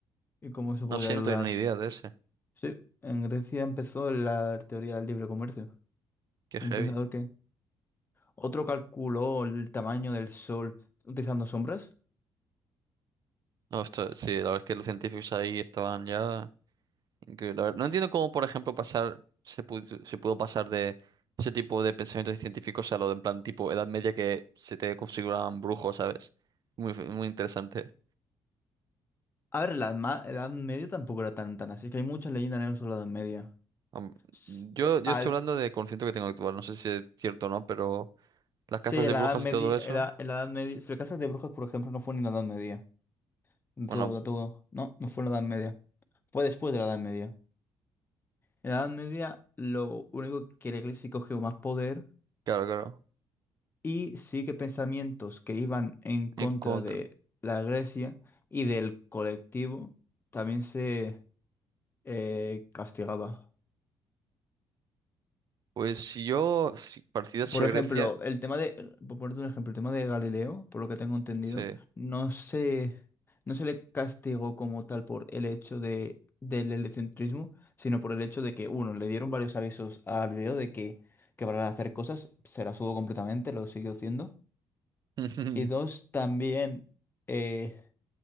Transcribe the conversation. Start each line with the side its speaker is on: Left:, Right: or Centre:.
Left: y cómo eso podría
Right: No sé,
Left: ayudar.
Right: no tenía ni idea de ese.
Left: Sí, en Grecia empezó la teoría del libre comercio.
Right: Qué
Left: Un
Right: heavy.
Left: pensador que... Otro calculó el tamaño del sol utilizando sombras.
Right: No, esto, sí, la verdad es que los científicos ahí estaban ya. Increíble, la verdad. No entiendo cómo, por ejemplo, pasar, se pudo, se pudo pasar de ese tipo de pensamientos científicos a lo de en plan tipo Edad Media que se te configuraban brujos, ¿sabes? Muy, f- muy interesante.
Left: A ver, la ma- la Edad Media tampoco era tan tan así, Es que hay muchas leyendas negras sobre la Edad Media.
Right: Am-
Left: S-
Right: Yo, yo
Left: hay-
Right: estoy hablando de conocimiento que tengo actual, no sé si es cierto o no, pero las
Left: Sí,
Right: cazas
Left: en
Right: de
Left: la
Right: brujas
Left: Edad Media,
Right: y todo eso,
Left: era, en la Edad Media, si lo cazas de brujas, por ejemplo, no fue ni en la Edad Media.
Right: bueno,
Left: Todo, todo. No, no fue en la Edad Media. Fue después de la Edad Media. En la Edad Media, lo único que la iglesia cogió más poder
Right: claro, claro.
Left: y sí que pensamientos que iban en contra
Right: En contra.
Left: de la iglesia y del colectivo también se eh, castigaba.
Right: Pues si yo, si, parecido a
Left: Por ejemplo,
Right: Grecia,
Left: el tema de, por ponerte un ejemplo, el tema de Galileo, por lo que tengo entendido,
Right: sí.
Left: no se, no se le castigó como tal por el hecho de, del heliocentrismo, sino por el hecho de que, uno, le dieron varios avisos a Galileo de que, que para hacer cosas se las hubo completamente, lo siguió haciendo.
Right: <laughs>
Left: Y dos, también eh,